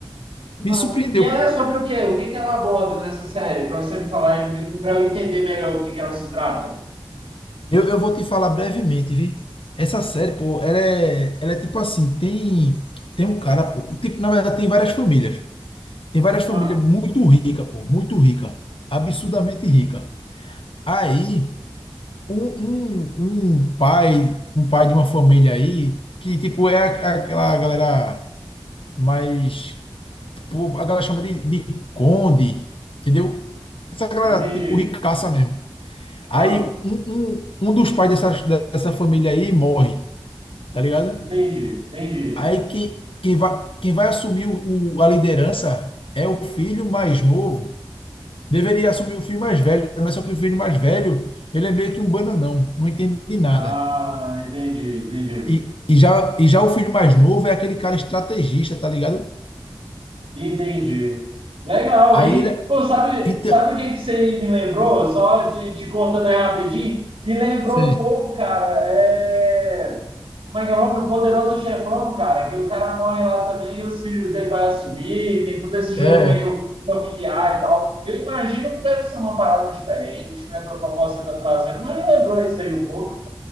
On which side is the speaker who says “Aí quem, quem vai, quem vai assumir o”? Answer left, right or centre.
Left